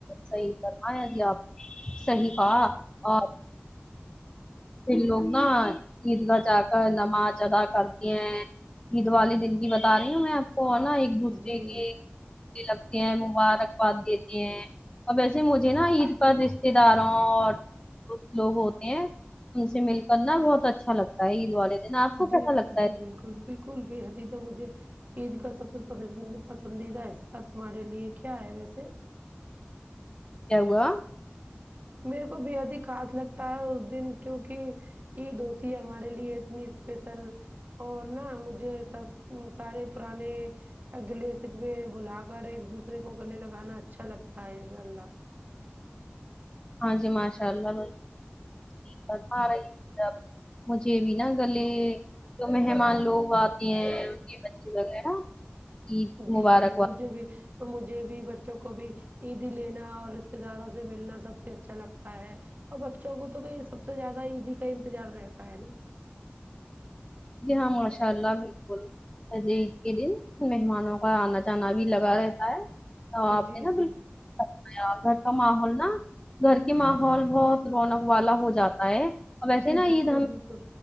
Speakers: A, on the left; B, on the right.
A: صحیح فرمایا جی آپ صحیح کھا آپ پھر لوگ نا عید گاہ جا کر نماز ادا کرتی ہیں عید والے دن کی بتا رہی ہوں میں آپ کو نا ایک دوسرے
B: جی
A: کے گلے لگتے ہیں مبارکباد دیتے ہیں اور ویسے مجھے نا عید پر رشتے داروں اور دوست لوگ ہوتے ہیں ان سے مل کرنا بہت اچھا لگتا ہے عید والے دن آپ کو
B: جی
A: کیسا لگتا
B: جی
A: ہے
B: بالکل بالکل اسکول بےحد ہی تو مجھے عید کا سب سے پسندیدہ حصہ تمہارے لیے کیا ہے ویسے
A: کیا ہوا
B: میرے کو بے حد ہی خاص لگتا ہے اس دن کیونکی عید ہو تی ہے ہمارے لیے اتنی اسپیشل اور نا مجھے سب سارے پرانے گلے سے بھلا کر ایک دوسرے کو گلے لگانا اچھا لگتا ہے ان شاء اللہ
A: ہاں جی ماشاء اللہ بالکل صحیح فرما رہی ہے جی آپ مجھے بھی نا گلے جو مہمان لوگ آتے ہیں ان کے بچے وغیرہ عید
B: جی
A: مبارکباد
B: جی مجھے بھی مجھے بھی بچوں کو بھی عیدی لینا اور رشتے داروں سے ملنا سب سے اچھا لگتا ہے اور بچوں کو تو کہ سب سے زیادہ عیدی کا انتظار رہتا ہے نا
A: جی ہاں ماشاء اللہ بالکل آج عید کے دن مہمانوں کا آنا جانا بھی لگا رہتا ہے ہاں آپ
B: جی
A: نے نا
B: جی
A: بالکل فرمایا گھر کا ماحول نا گھر کے ماحول بہت رونق والا ہو جاتا ہے ویسے
B: جی
A: نا
B: بالکل
A: عید ہمیں
B: بالکل